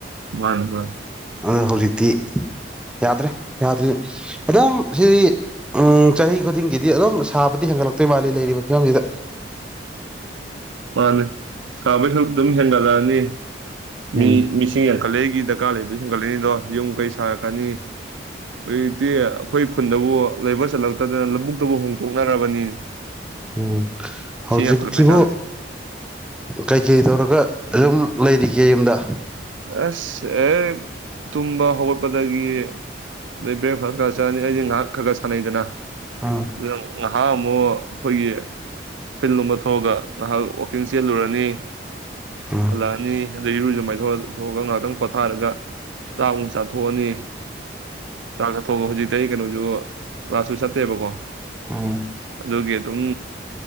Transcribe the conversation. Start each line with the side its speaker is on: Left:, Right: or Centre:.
Right: ꯃꯅꯤ ꯃꯥꯅꯤ
Centre: ꯑꯗꯣ ꯍꯧꯖꯤꯛꯇꯤ ꯌꯥꯗ꯭ꯔꯦ ꯌꯥꯗ꯭ꯔꯦꯗꯤ ꯑꯗꯨꯝ ꯁꯤꯗꯤ ꯆꯍꯤ ꯈꯨꯗꯤꯡꯒꯤꯗꯤ ꯑꯗꯨꯝ ꯁꯥꯕꯗꯤ ꯍꯦꯟꯒꯠꯂꯛꯇꯣꯏ ꯃꯥꯜꯂꯤ ꯂꯩꯔꯤꯕ ꯐꯤꯕꯝꯖꯤꯗ
Right: ꯃꯥꯅꯦ ꯁꯕꯩꯁꯨ ꯑꯗꯨꯝ ꯍꯦꯟꯒꯠꯂꯅꯤ
Centre: ꯎꯝ
Right: ꯃꯤ ꯃꯤꯁꯤ ꯌꯦ <unintelligible> ꯀꯂꯩꯒꯤ ꯗꯔꯀꯥꯔ ꯂꯩꯕꯁꯤꯡ ꯀꯂꯦꯟꯅꯤꯗꯣ ꯌꯨꯝ ꯀꯩ ꯁꯥꯔꯛꯀꯅꯤ ꯍꯧꯖꯤꯛꯇꯤ ꯑꯩꯈꯣꯏ ꯈꯨꯟꯗꯕꯨ ꯂꯩꯕ ꯆꯜꯂꯛ ꯅꯠꯇꯗꯅ ꯂꯧꯕꯨꯛꯇꯕꯨ ꯍꯣꯡꯗꯣꯛꯅꯔꯕꯅꯤ
Centre: ꯎꯝ ꯍꯧꯖꯤꯛꯁꯤꯕꯨ
Right: ꯌꯥꯝꯈꯠꯂꯛꯄꯩ ꯆꯥꯡꯁꯦ
Centre: ꯀꯩꯀꯩ ꯇꯧꯔꯒ ꯑꯗꯨꯝ ꯂꯩꯔꯤ ꯌꯨꯝꯗ
Right: ꯑꯁ ꯑꯦ ꯇꯨꯝꯕ ꯍꯧꯒꯠꯄꯗꯒꯤ ꯑꯗꯩ ꯕ꯭ꯔꯦꯛꯐꯥꯁ ꯈꯔ ꯆꯠꯅꯤ ꯑꯩꯗꯤ ꯉꯥꯏꯍꯥꯛ ꯈꯔ ꯈꯔ ꯁꯥꯟꯅꯩꯗꯅ
Centre: ꯎꯝ
Right: <unintelligible> ꯅꯍꯥꯛ ꯑꯃꯨꯛ ꯑꯩꯈꯣꯏꯒꯤ ꯐꯤꯜꯂꯣꯝꯗ ꯊꯣꯛꯑꯒ ꯅꯍꯥꯛ ꯋꯥꯛꯀꯤꯡ ꯆꯦꯜꯂꯨꯔꯅꯤ
Centre: ꯎꯝ
Right: ꯍꯜꯂꯛꯑꯅꯤ ꯑꯗꯩ ꯏꯔꯨꯖ ꯃꯥꯏꯊ <unintelligible> ꯆꯊꯣꯛꯑꯒ ꯉꯥꯏꯍꯥꯛꯇꯪ ꯄꯣꯊꯥꯔꯒ ꯆꯥꯃꯨꯛ ꯆꯥꯊꯣꯛꯑꯅꯤ ꯆꯥꯛ ꯆꯥꯊꯣꯛꯑꯒ ꯍꯧꯖꯤꯛ ꯀꯩ ꯀꯩꯅꯣꯁꯨ ꯀ꯭ꯂꯥꯁꯁꯨꯨ ꯆꯠꯇꯦꯕꯀꯣ
Centre: ꯎꯝ
Right: ꯑꯗꯨꯒꯤ ꯑꯗꯨꯝ